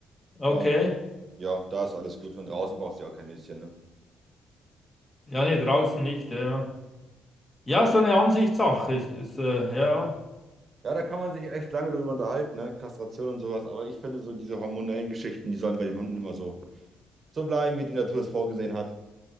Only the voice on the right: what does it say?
Äh, ja, da ist alles gut. Und draußen braucht sie auch kein Höschen, ne?
Ja, da kann man sich echt lange drüber unterhalten, ne? Kastration und sowas. Aber ich finde so diese hormonellen Geschichten, die sollen bei den Hunden immer so, so bleiben, wie die Natur es vorgesehen hat.